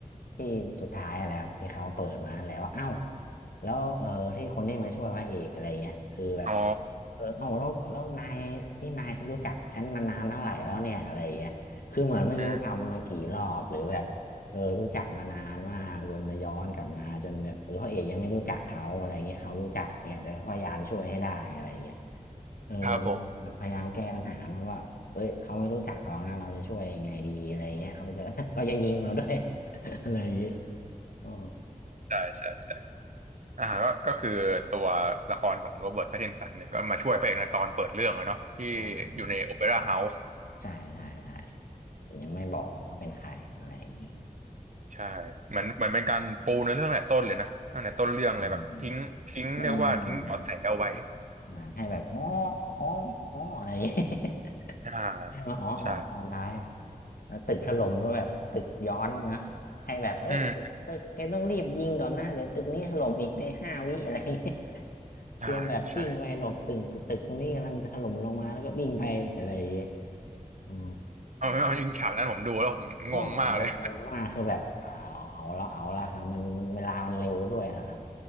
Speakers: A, on the left (about 80°); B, on the right (about 55°).
A: ที่สุดท้ายอะไรครับที่เขาเปิดมาแล้วว่าเอ้าแล้วเออที่คนที่มาช่วยพระเอกอะไรเงี้ยคือแบบ
B: อ๋อ
A: เออเอ้าแล้วแล้วนายนี่นายฉันรู้จักฉันมานานเท่าไหร่แล้วเนี่ยอะไรเงี้ยคือเหมือนไม่รู้ทำมากี่รอบหรือแบบ
B: อืม
A: เออรู้จักมานานมากจนเลยย้อนกลับมาจนแบบเออพระเอกยังไม่รู้จักเขาอะไรเงี้ยเขารู้จักเงี้ยแต่ก็พยายามช่วยให้ได้อะไรเงี้ยเออมันแบบพยายามแก้ปัญหาเนอะว่าเอ้ยเขาไม่รู้จักเรานะเราจะช่วยยังไงดีอะไรเงี้ยเขาจะ
B: ครับผม
A: <laughs> เขาจะยิงเราด้วย <laughs> อะไรอย่างเงี้ยอ๋อ
B: <laughs> ใช่ใช่ใช่อ่าก็ก็คือตัวละครของโรเบิร์ตแพตตินสันเนี่ยก็มาช่วยพระเอกในตอนเปิดเรื่องอะเนาะที่
A: ได้
B: อยู่ในโอเปร่าเฮาส์
A: ใช่ใช่ใช่แต่ยังไม่บอกว่าเป็นใครอะไรอย่างงี้
B: ใช่เหมือนเหมือนเป็นการปูในเรื่องตั้งแต่ต้นเลยนะตั้งแต่ต้นเรื่องเลยแบบทิ้งทิ้งเรียกว่าทิ้งเบาะแสเอาไว้
A: อืมอืมได้ให้แบบอ๋ออ๋ออ๋ออะไรอย่างงี้ <laughs>
B: อ่า
A: ให้มาอ๋ออ๋อตอนท้าย
B: ใช่
A: แล้วตึกถล่มก็แบบตึกย้อนนะให้แบบเอ้ยเดี๋ยวตึกแกต้องรีบยิงก่อนนะ
B: อืม
A: เดี๋ยวตึกนี้ถล่มอีกในห้าวิอะไรอย่างเงี้ยเตรียมแบบวิ่งไปหลบตึกตึกตรงนี้กำลังจะถล่มลงมาแล้วก็วิ่งไปอะไรอย่างเงี้ย
B: อ่าใช่
A: อ๋อ
B: เอาเอาจริงฉากนั้นผมดูแล้วผมงงมากเลย
A: อ๋อแบบโอมาคือแบบเอาเอาและเอาละครับมันมันเวลามันเร็วด้วยนะครับ